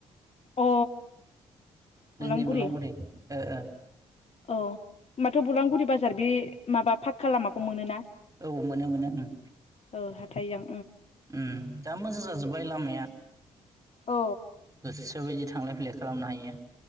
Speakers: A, on the left (about 45°); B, on the right (about 20°).
A: अ
B: बिजनि
A: बलामगुरि
B: बलंगुरि ओ ओ
A: औ होमबाथ' बलांगुरि बाजार बे माबा पाक्का लामाखौ मोनोना
B: औ मोनो मोनो ओं
A: ओ हाथाइजों
B: उम दा मोजां जाजोब्बाय लामाया
A: अ
B: गोसोबायदि थांलाय फैलाय खालामनो हायो